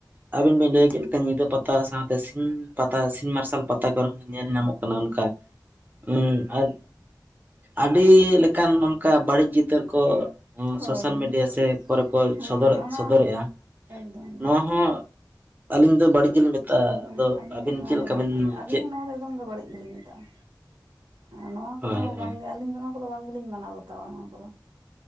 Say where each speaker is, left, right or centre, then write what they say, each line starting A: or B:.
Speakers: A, on the right; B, on the right.
A: ᱟᱵᱤᱱ ᱵᱤᱱ ᱞᱟᱹᱭᱟ ᱪᱮᱫ ᱞᱮᱠᱟ ᱧᱤᱫᱟᱹ ᱯᱟᱛᱟ ᱥᱟᱶᱛᱮ ᱥᱤᱧ ᱯᱟᱛᱟ ᱥᱤᱧ ᱢᱟᱨᱥᱟᱞ ᱯᱟᱛᱟ ᱠᱚᱨᱮ ᱦᱚᱸ ᱧᱮᱞ ᱧᱟᱢᱚᱜ ᱠᱟᱱᱟ ᱚᱱᱠᱟ ᱦᱩᱸ ᱟᱨ ᱟᱹᱰᱤ ᱞᱮᱠᱟᱱ ᱚᱱᱠᱟ ᱵᱟᱹᱲᱤᱡ ᱪᱤᱛᱟᱹᱨ ᱠᱚ
B: ᱦᱳᱭ
A: ᱥᱳᱥᱟᱞ ᱢᱤᱰᱤᱭᱟ ᱥᱮ ᱠᱚᱨᱮ ᱠᱚ
B: ᱦᱮᱸ
A: ᱥᱚᱫᱚᱨ
B: ᱦᱮᱸ ᱚᱱᱟ
A: ᱥᱚᱫᱚᱨᱮᱜᱼᱟ
B: ᱮᱠᱫᱚᱢ ᱜᱮ
A: ᱱᱚᱣᱟ ᱦᱚᱸ ᱟᱹᱞᱤᱧ ᱫᱚ ᱵᱟᱹᱲᱤᱡ ᱜᱮᱞᱤᱧ ᱢᱮᱛᱟᱜ-ᱟ
B: ᱦᱮᱸ
A: ᱟᱫᱚ
B: ᱟᱹᱞᱤᱧᱟᱜ
A: ᱟᱹᱵᱤᱱ
B: ᱱᱚᱣᱟ
A: ᱪᱮᱫ ᱞᱮᱠᱟ
B: ᱫᱚ ᱵᱟᱹᱲᱤᱡ
A: ᱵᱤᱱ
B: ᱜᱮ ᱟᱹᱞᱤᱧ
A: ᱪᱮᱫ
B: ᱦᱚᱸ ᱱᱚᱣᱟ ᱫᱚ ᱮᱠᱫᱚᱢ ᱜᱮ ᱵᱟᱹᱲᱤᱡ ᱜᱮᱞᱤᱧ ᱢᱮᱛᱟᱜᱼᱟ ᱱᱚᱣᱟ
A: ᱦᱳᱭ
B: ᱠᱚᱫᱚ
A: ᱦᱳᱭ
B: ᱵᱟᱝᱜᱮ ᱟᱹᱞᱤᱧ ᱫᱚ ᱱᱚᱣᱟ ᱠᱚᱫᱚ ᱵᱟᱝ ᱜᱮᱞᱤᱧ ᱢᱟᱱᱟᱣ ᱵᱟᱛᱟᱣᱟ ᱱᱚᱣᱟ ᱠᱚᱫᱚ